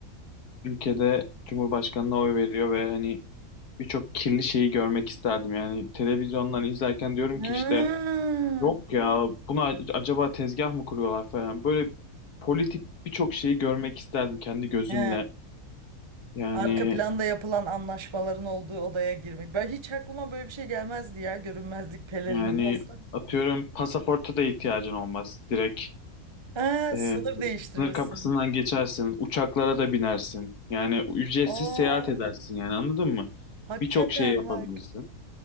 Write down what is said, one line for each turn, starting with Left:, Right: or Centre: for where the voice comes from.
Left: ülkede Cumhurbaşkanına oy veriyor ve hani birçok kirli şeyi görmek isterdim. Yani televizyondan izlerken diyorum
Right: Hmm,
Left: ki işte yok ya buna acaba tezgah mı kuruyorlar falan. Böyle politik birçok şeyi görmek isterdim kendi gözümle.
Right: he.
Left: Yani
Right: Arka planda yapılan anlaşmaların olduğu odaya girmek. Ben hiç aklıma böyle bir şey gelmezdi ya. Görünmezlik pelerini
Left: Yani
Right: olsa.
Left: atıyorum pasaporta da ihtiyacın olmaz. Direkt
Right: Ha,
Left: e,
Right: sınır değiştirirsin.
Left: sınır kapısından geçersin, uçaklara da binersin. Yani ücretsiz
Right: Aa,
Left: seyahat edersin yani anladın mı?
Right: hakikaten
Left: Birçok şey yapabilirsin.
Right: bak.